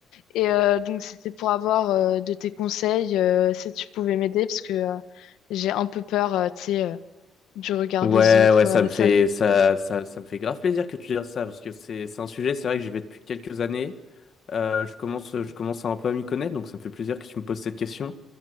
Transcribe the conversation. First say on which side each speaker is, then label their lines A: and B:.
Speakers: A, on the left; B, on the left.
A: et euh, donc c'était pour avoir euh, de tes conseils euh, si tu pouvais m'aider parce que euh, j'ai un peu peur, euh, tu sais, euh, du regard
B: Ouais,
A: des autres
B: ouais, ça
A: euh, à la
B: me
A: salle.
B: fait, ça, ça, ça me fait grave plaisir que tu dises ça, parce que c'est, c'est un sujet, c'est vrai que j'y vais depuis quelques années, euh, je commence, je commence un peu à m'y connaître, donc ça me fait plaisir que tu me poses cette question.